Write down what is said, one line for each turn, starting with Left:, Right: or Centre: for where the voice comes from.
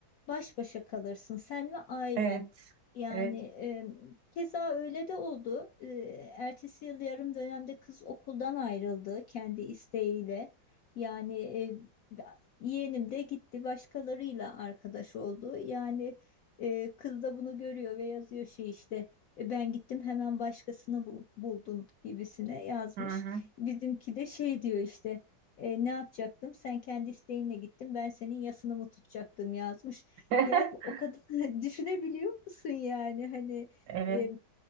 Left: baş başa kalırsın sen ve ailen.
Right: Evet.
Left: Yani
Right: Evet.
Left: e, keza öyle de oldu. E, ertesi yıl yarım dönemde kız okuldan ayrıldı kendi isteğiyle. Yani e, yeğenim de gitti başkalarıyla arkadaş oldu. Yani e, kız da bunu görüyor ve yazıyor şey işte "E, ben gittim hemen başkasını bu- buldum gibisine yazmış.
Right: Hı hı.
Left: Bizimki de şey diyor işte "E, ne yapacaktım sen kendi isteğinle gittin ben senin yasını mı tutacaktım yazmış.
Right: <laughs>
Left: Yani o kadar <laughs> düşünebiliyor musun yani hani
Right: Evet.
Left: e,